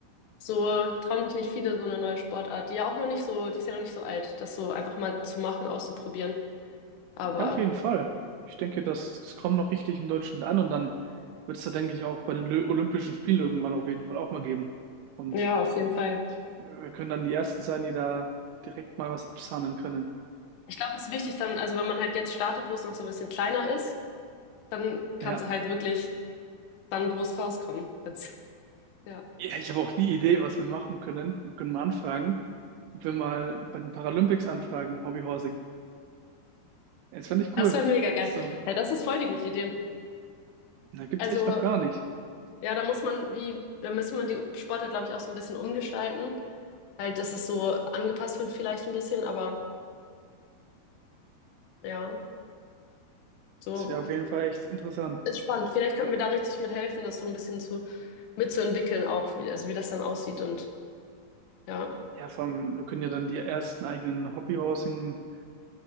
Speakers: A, on the left (about 80°); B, on the right (about 85°).
A: so trauen sich nicht viele so eine neue Sportart, die ja auch noch nicht so, die ist ja noch nicht so alt, das so einfach mal zu machen, auszuprobieren. Aber
B: Ja, auf jeden Fall. Ich denke, das, das kommt noch richtig in Deutschland an und dann wird es da, denke ich, auch bei den Lö- Olympischen Spielen irgendwann auf jeden Fall auch mal geben. Und
A: ja, auf jeden Fall.
B: äh, wir können dann die Ersten sein, die da direkt mal was absahnen können.
A: Ich glaube, es ist wichtig dann, also wenn man halt jetzt startet, wo es noch so ein bisschen kleiner ist, dann kannst
B: Ja,
A: du halt wirklich dann groß rauskommen. Jetzt, ja,
B: ja ich habe auch die Idee, was wir machen können. Wir können mal anfragen, ob wir mal bei den Paralympics anfragen, Hobbyhorse Das fand ich
A: das
B: cool.
A: wäre mega geil.
B: So,
A: Ja, das ist voll die gute Idee.
B: da gibt's
A: Also
B: echt noch gar nicht.
A: ja, da muss man, wie, da müsste man die Sportart, glaube ich, auch so ein bisschen umgestalten. Halt, dass es so angepasst wird vielleicht ein bisschen, aber ja, so
B: Das wäre auf jeden Fall echt interessant.
A: ist spannend. Vielleicht könnten wir da richtig mithelfen, das so ein bisschen zu mitzuentwickeln auch, wie, also wie das dann aussieht und ja,
B: Ja, vor allem, wir können ja dann die ersten eigenen Hobbyhousing-Vereine